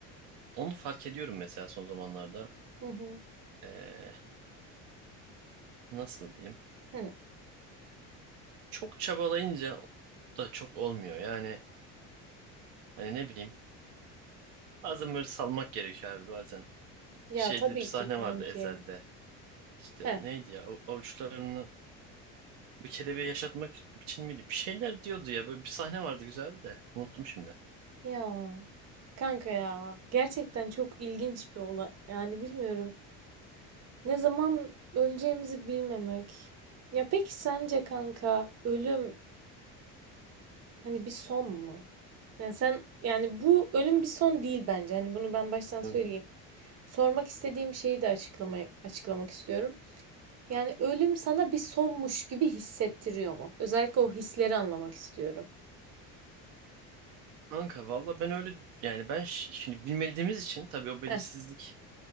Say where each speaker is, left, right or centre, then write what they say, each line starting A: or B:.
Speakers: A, on the right (about 75°); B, on the right (about 50°).
A: onu fark ediyorum mesela son zamanlarda.
B: Hı hı.
A: Ee, nasıl diyeyim?
B: Hı.
A: Çok çabalayınca da çok olmuyor. Yani Hani ne bileyim. Bazen böyle salmak gerekiyor abi bazen.
B: Ya
A: Şeyde
B: tabii
A: bir sahne
B: ki kanki.
A: vardı Ezel'de. İşte
B: Heh.
A: neydi ya av- avuçlarını bir kelebeği yaşatmak için miydi? Bir şeyler diyordu ya böyle bir sahne vardı güzeldi de. Unuttum şimdi.
B: Ya. Kanka ya. Gerçekten çok ilginç bir olay. Yani bilmiyorum. Ne zaman öleceğimizi bilmemek. Ya peki sence kanka ölüm hani bir son mu? Yani sen yani bu ölüm bir son değil bence. Hani bunu ben baştan
A: Hı
B: söyleyeyim.
A: hı.
B: Sormak istediğim şeyi de açıklamaya, açıklamak istiyorum. Yani ölüm sana bir sonmuş gibi hissettiriyor mu? Özellikle o hisleri anlamak istiyorum.
A: Kanka valla ben öyle yani ben ş- şimdi bilmediğimiz için tabii o belirsizlik
B: Heh,